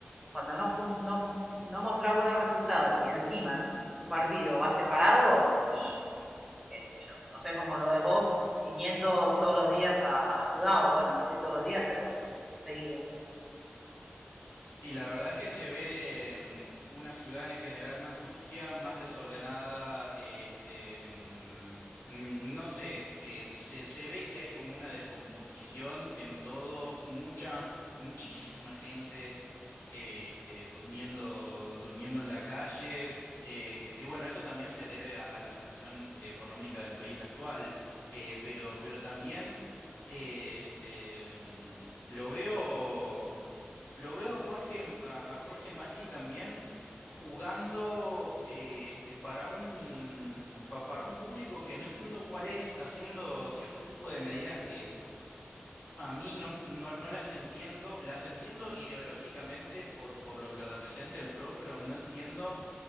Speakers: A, in the centre; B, on the left.
A: cuando no, no, no mostras buenos resultados y encima tu, tu, partido va separado y qué sé yo, no sé cómo lo ves vos viniendo todos los días a, a la ciudad, o bueno, no sé si todos los días, pero seguido.
B: Sí, la verdad es que se ve mm, una ciudad en general más sucia, más desordenada, eh, este, mm, mm, no sé, eh, se, se ve que hay como una descomposición en todo, mucha, muchísima gente, eh, este, durmiendo, durmiendo en la calle. eh, Este, que bueno, eso también se debe a, a la situación económica del país actual, eh, pero, pero también eh, este, mm, lo veo. Lo veo a Jorge, a, a Jorge Macri también jugando eh, este, para un, pa- para un público que no entiendo cuál es, haciendo cierto tipo de medidas que a mí no, no, no las entiendo. Las entiendo ideológicamente por, por lo que representa el PRO, pero no entiendo